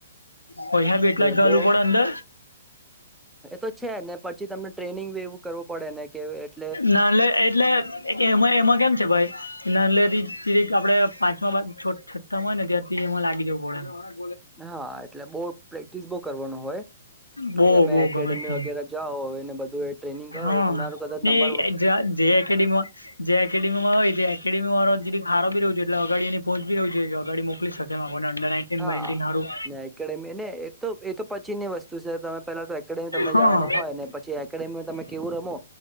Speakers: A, on the left; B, in the centre.
A: પૈસા બી એટલા જ
B: બો
A: ઘાલવું પડે અંદર
B: એ તો છે ને પછી તમને ટ્રેનિંગી એવું કર પડે ને કે એટ
A: નાનલે એટલે એમાં એમાં કેમ છે ભાઈ નાનલેરી પ આપડ પાંચ છ છઠ્ઠામાં હોય ને ત્યાારથી એમાં લાગી જવું પડે
B: હા એટલે બહ પ્રેક્ટિસ બહ કરવાનો હોય
A: બો
B: તમે
A: બો
B: એકેડેમી
A: ગમે તેમ
B: વગેરે જાઓ એને બધું એ ટ્રેનિંગ
A: હા
B: કરો તમેરું કદાચ
A: જે
B: નંબર
A: એકડેમમાં જે એકેડેીમાં હોય એ એકેડમી વાર જેી ખારોી રહ છે એલે અગા એ પહંચી રહ્યું છે કે અગા મોકલી શકે <inaudible>
B: હા ને એકેડેમી ને એ તો એ તો પછીની વસ્તુ છે તમે પેલા તો એકેડેમી તમને
A: હા
B: જવાનો હોય ને પછી એકડેમીમાં તમે કેવું રમો